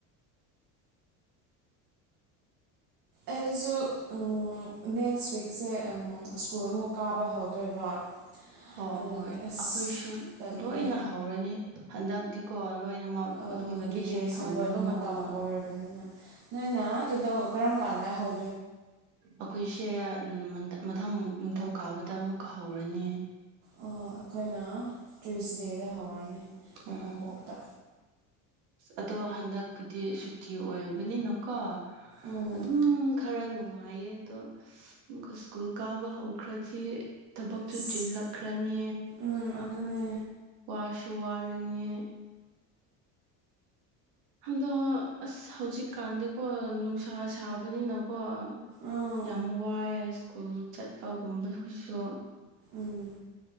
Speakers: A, on the right; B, on the right.
A: ꯑꯩ ꯁꯨ <unintelligible> ꯅꯦꯛꯁ ꯋꯤꯛꯁꯦ ꯑꯪ ꯁ꯭ꯀꯨꯜꯃꯨꯛ ꯀꯥꯕ ꯍꯧꯗꯣꯏꯕ
B: ꯍꯣ
A: ꯑꯗꯨꯒꯤ
B: ꯍꯣꯏ
A: ꯑꯁ
B: ꯑꯈꯣꯏꯁꯨ
A: ꯇꯜꯂꯦ
B: ꯂꯣꯏꯅ ꯍꯧꯔꯅꯤ ꯍꯟꯗꯛꯇꯤꯀꯣ ꯂꯣꯏꯅꯃꯛ
A: ꯑ‌
B: ꯑꯗꯨꯝ
A: ꯚꯦꯀꯦꯁꯟ
B: ꯐꯪꯕꯅꯤꯅꯀꯣ
A: ꯂꯣꯏꯕ ꯃꯇꯝ ꯑꯣꯏꯔꯕꯅꯤꯅ ꯅꯣꯏꯅ ꯀꯩꯗꯧ ꯀꯔꯝ ꯀꯥꯟꯗ ꯍꯧ
B: ꯑꯩꯈꯣꯏꯁꯦ ꯎꯝ ꯃꯊꯪ ꯅꯤꯡꯊꯧꯀꯥꯕꯗ ꯑꯃꯨꯛꯀ ꯍꯧꯔꯅꯤ
A: ꯑꯣ ꯑꯈꯣꯏꯅ ꯇꯨꯏꯁꯗꯦꯗ ꯍꯧꯔꯅꯤ ꯂꯩꯄꯥꯛꯄꯣꯛꯇ
B: ꯑ ꯑꯗꯣ ꯍꯟꯗꯛꯀꯤꯗꯤ ꯁꯨꯇꯤ ꯑꯣꯏ ꯕꯅꯤꯅꯀꯣ
A: ꯎꯝ
B: ꯑꯗꯨꯝ ꯈꯔ ꯅꯨꯡ ꯉꯥꯏꯌꯦ ꯑꯗꯣ ꯑꯃꯨꯛꯀ ꯁ꯭ꯀꯨꯜ ꯀꯥꯕ ꯍꯧꯈ꯭ꯔꯗꯤ ꯊꯕꯛꯁꯨ
A: ꯑꯁ
B: ꯆꯤꯜꯂꯛꯈ꯭ꯔꯅꯤ
A: ꯎꯝ ꯑꯗꯨꯅꯦ
B: ꯋꯥꯁꯨ ꯋꯥ ꯔꯅꯤ ꯑꯗꯣ ꯑꯁ ꯍꯧꯖꯤꯛꯀꯥꯟꯗꯤꯀꯣ ꯅꯨꯡꯁꯥ ꯁꯥꯕꯅꯤꯅ ꯀꯣ
A: ꯎꯝ
B: ꯌꯥꯝ ꯋꯥꯏꯑꯦ ꯁ꯭ꯀꯨꯜ ꯆꯠꯄꯒꯨꯝꯕꯁꯨ
A: ꯎꯝ